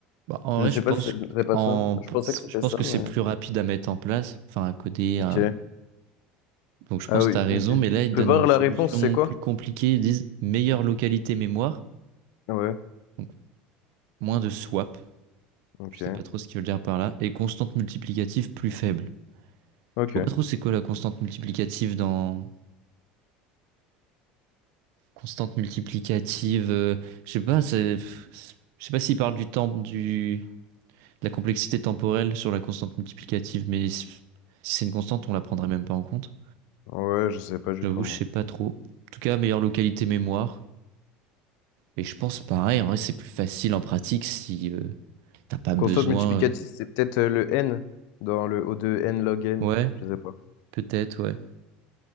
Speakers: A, on the right; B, on the left.
A: Bah, en
B: Je
A: vrai,
B: sais
A: je
B: pas
A: pense
B: si c'est c'est pas
A: qu'en-
B: ça. Je pensais que c'était
A: je pense
B: ça,
A: que c'est
B: mais.
A: plus rapide à mettre en place, enfin à coder,
B: Ok.
A: à Donc je
B: Ah
A: pense
B: oui,
A: que tu as raison,
B: ok. Tu
A: mais là, ils
B: peux
A: donnent
B: voir
A: une solution
B: la réponse, c'est quoi?
A: plus compliquée. Ils disent meilleure localité mémoire,
B: Ouais,
A: donc moins de swap,
B: ok.
A: je sais pas trop ce qu'ils veulent dire par là, et constante multiplicative plus faible.
B: Ok.
A: Je vois pas trop c'est quoi la constante multiplicative dans... Constante multiplicative, euh, je sais pas, c'est... c'est- Je sais pas s'ils parlent du temps, du... de la complexité temporelle sur la constante multiplicative, mais si si c'est une constante, on la prendrait même pas en compte.
B: Ouais, je sais pas du
A: J'avoue,
B: tout, moi.
A: je sais pas trop. En tout cas, meilleure localité mémoire. Et je pense pareil, en vrai, c'est plus facile en pratique si euh, t'as pas besoin.
B: Constante multiplicative,
A: euh.
B: c'est peut-être euh, le n dans le O de n log n.
A: Ouais,
B: Je sais pas.
A: peut-être, ouais.